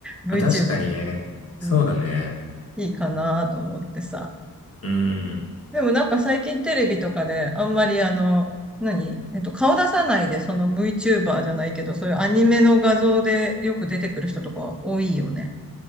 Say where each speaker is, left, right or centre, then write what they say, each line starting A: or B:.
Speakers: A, in the centre; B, on the left.
A: VTuber、
B: まあ確かにね。そうだね。
A: うん、いいかなと思ってさ。
B: うん。
A: でもなんか最近テレビとかであんまりあの、何えっと、顔出さないでその VTuber じゃないけど、そういうアニメの画像でよく出てくる人とか多いよね。